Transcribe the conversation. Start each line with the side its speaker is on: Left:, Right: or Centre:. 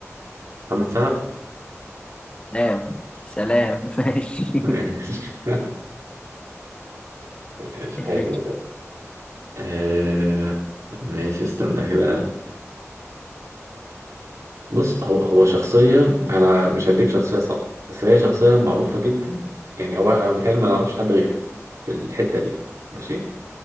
Right: محمد سعد
Left: سلام سلام <laughs> ماشي
Right: <laughs> ماشي ماشي،
Left: ماشي
Right: حلو ده آه... ماشي استنى كده بص هو هو شخصيه انا مش هديك شخصيه صعبه بس هي شخصيه معروفه جدا يعني هو انا بتهيألي ما نعرفش حد غيره في الحته دي ماشي